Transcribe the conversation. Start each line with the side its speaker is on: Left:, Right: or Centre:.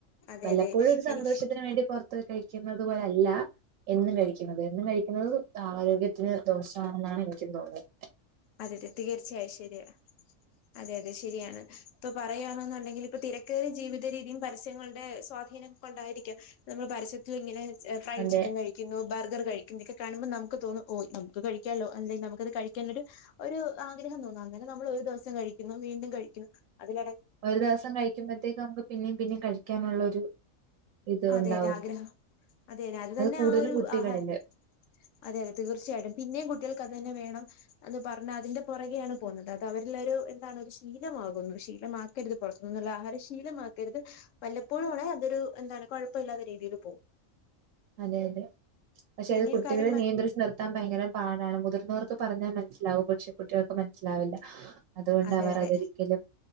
Left: അതെ
Right: വല്ലപ്പോഴും
Left: അതെ
Right: ഒരു സന്തോഷത്തിനന്
Left: എനിക്ക്
Right: വേണ്ടി പുറത്ത് പോയി കഴിക്കുന്നത് പോലെ അല്ല എന്നും കഴിക്കുന്നത് എന്നും കഴിക്കുന്നത് ആരോഗ്യത്തിന് ദോഷമാണെന്നാണ് എനിക്കും തോന്നുന്നത്
Left: അതെതെ തീർച്ചയായും ശരിയ അതെ അതെ ശരിയാണ് ഇപ്പൊ പറയുകയാണെന്നുണ്ടെങ്കിൽ ഇപ്പ തിരക്കേറി ജീവിത രീതിയും പരസ്യങ്ങളുടെ സ്വാധീനം കൊണ്ടായിരിക്കാം നമ്മൾ പരസ്യത്ത് ഇങ്ങനെ ഫ്രൈഡ്
Right: അതെ
Left: ചിക്കൻ കഴിക്കും കിക്കുന്നു ബർഗർ കഴിക്കുന്നൊക്കെ കാണുമ്പോ നുക്ക് തോന്ന ഓ നമക്ക് കഴിക്കാാലോ അല്ലെങ്ക നമുക്കത് കഴിക്കാനൊരു ഒരു ആഗ്രഹം തോന്നുന്നു അങ്ങനെ നമ്മൾ ഒരു ദിവസം കഴിക്കുന്നു വീണ്ടും കഴിക്കുന്നു അതിലട
Right: ഒരു ദിവസം കഴിക്കുമ്പോഴത്തേക്ക് നമുക്ക് പിന്നേും പിന്നേും കഴിക്കാനുള്ള ഒരു ഇത്
Left: അതെ
Right: ഉണ്ടാവും
Left: അതെ ആഗ്രഹം അതെതെ അത് തന്നെ
Right: കൂടുതലും
Left: ആ ഒരു
Right: കുട്ടികളില്
Left: ആഹാരം അതെ അതെ തീർച്ചയായിട്ടും പിന്നെയും കുട്ടികൾക്ക് അത് തന്നെ വേണം എന്ന് പറഞ്ഞ അതിന്റെ പുറകെയാണ് പോകുന്നത് അത് അവരെല്ല ഒരു എന്താണ് ഒരു ശീലമാകുന്നു ശീലമാ ആകരുത് പുറത്തുനിന്ന ആഹാരം ശീലമാക്കരുത് വല്ലപ്പോഴണ അതൊരു എന്ത കുഴപ്പമില്ലാത്ത രീതിയിൽ പോകും
Right: അതെ അതെ പക്ഷെ
Left: പിന്നെയും
Right: അത് കുട്ടികളെ
Left: കാര്യം പറ
Right: നിയന്ത്രിച്ച് നിർ ത്താൻ ഭയങ്കര പാടാണ് മുതിർന്നവർക്ക് പറഞ്ഞാൽ മനസ്സിലാവും പക്ഷെ കുട്ടികൾക്ക് മനസ്സിലാവില്ല അതുകൊണ്ട്
Left: അതെ
Right: അവർ
Left: അതെ
Right: അതൊരിക്കലും